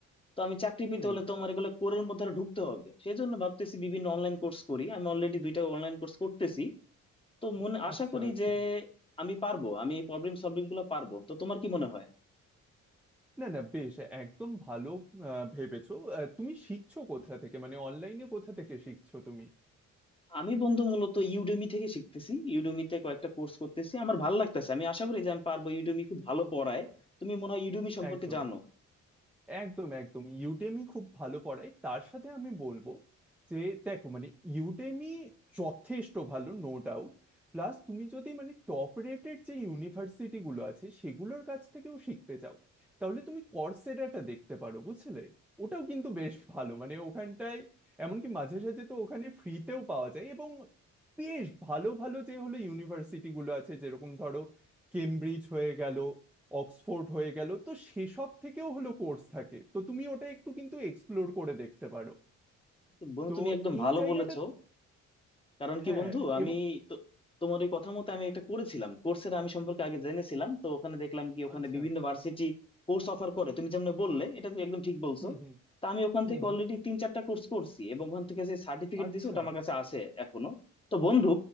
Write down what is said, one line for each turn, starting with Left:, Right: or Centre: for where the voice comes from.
Left: তো আমি চাকরি
Centre: হুম
Left: পেতে হলে তোমার এগুলো কোরের মধ্যে আরো ঢুকতে হবে সেই জন্য ভাবতেছি বিভিন্ন অনলাইন কোর্স করি আমি অলরেডি দুইটা অনলাইন কোর্স করতেছি তো মনে আশা
Centre: আচ্ছা
Left: করি
Centre: আচ্ছা
Left: যে আমি পারবো আমি এই প্রবলেম সলভিং গুলো পারবো তো তোমার কি মনে হয়
Centre: না না বেশ একদম ভালো আহ, ভেবেছো আহ, তুমি শিখছো কোথা থেকে মানে অনলাইনে কোথা থেকে শিখছো তুমি
Left: আমি বন্ধু মূলত ইউডেমি থেকে শিখতেছি ইউডেমিতে কয়েকটা কোর্স করতেছি আমার ভালো লাগতেছে আমি আশা করি যে আমি পারবো ইউডেমি খুব ভালো পড়ায় তুমি মনে হয় ইউডেমি সম্পর্কে
Centre: একদম
Left: জানো
Centre: একদম একদম ইউডেমি খুব ভালো পড়ায় তার সাথে আমি বলবো যে দেখো মানে ইউডেমি যথেষ্ট ভালো নো ডাউট প্লাস তুমি যদি মানে টপ রেটেড যে ইউনিভার্সিটি গুলো আছে সেগুলোর কাছ থেকেও শিখতে চাও তাহলে তুমি কর্সেডাটা দেখতে পারো বুঝলে ওটাও কিন্তু বেশ ভালো মানে ওখানটায় এমনকি মাঝে সাঝে তো ওখানে ফ্রিতেও পাওয়া যায় এবং বেশ ভালো ভালো যে হলো ইউনিভার্সিটি গুলো আছে যেরকম ধরো কেমব্রিজ হয়ে গেল অক্সফোর্ড হয়ে গেল তো সেসব থেকেও হলো কোর্স থাকে তো তুমি ওটা একটু কিন্তু এক্সপ্লোর করে দেখতে পারো
Left: তো বন্ধু
Centre: তো
Left: তুমি একদম
Centre: এই
Left: ভালো
Centre: জায়গাটা
Left: বলেছো কারণ কি
Centre: হ্যাঁ
Left: বন্ধু আমি
Centre: এবং
Left: তো তোমার ওই কথা মতো আমি একটা করেছিলাম কোর্সের আমি সম্পর্কে আগে জেনেছিলাম তো ওখানে দেখলাম কি ওখানে
Centre: আচ্ছা
Left: বিভিন্ন ভার্সিটি কোর্স অফার করে তুমি যেমন বললে এটা তুমি একদম ঠিক বলছো
Centre: হুম হুম
Left: তা আমি ওখান
Centre: হুম
Left: থেকে
Centre: হুম
Left: অলরেডি তিন চারটা কোর্স করছি এবং ওখান থেকে যে সার্টিফিকেট
Centre: আচ্ছা
Left: দিছি ওটা আমার কাছে আছে এখনো তো বন্ধু